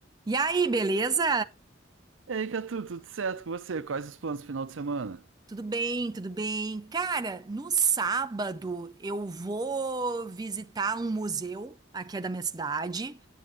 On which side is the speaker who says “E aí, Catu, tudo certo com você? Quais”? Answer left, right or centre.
Right